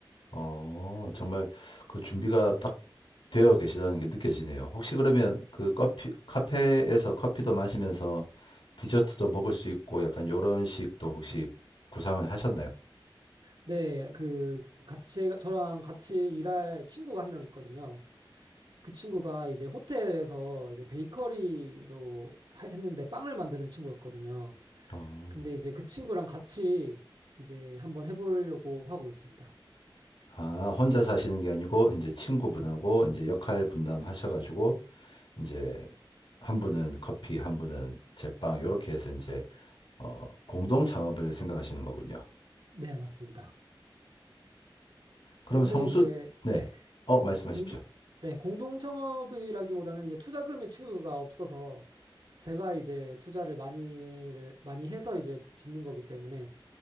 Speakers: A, on the left; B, on the right.
A: 어, 정말 그 준비가 딱 되어 계시다는 게 느껴지네요. 혹시 그러면 그 커피, 카페에서 커피도 마시면서 디저트도 먹을 수 있고 약간 요런 식도 혹시 구상을 하셨나요?
B: 네, 그 같이 저랑 같이 일할 친구가 한 명 있거든요. 그 친구가 이제 호텔에서 이제 베이커리로 하- 했는데 빵을 만드는 친구였거든요.
A: 어.
B: 근데 이제 그 친구랑 같이 이제 한번 해보려고 하고 있습니다.
A: 아, 혼자 사시는 게 아니고 이제 친구분하고 이제 역할 분담하셔 가지고 이제 한 분은 커피, 한 분은 제빵 요렇게 해서 이제 어, 공동 창업을 생각하시는 거군요.
B: 네, 맞습니다.
A: 그럼
B: 그런데
A: 성수
B: 이제
A: 네.
B: 네.
A: 어, 말씀하십시오.
B: 공동, 네, 공동 창업이라기보다는 이제 투자금의 친구가 없어서 제가 이제 투자를 많이를 많이 해서 이제 짓는 거기 때문에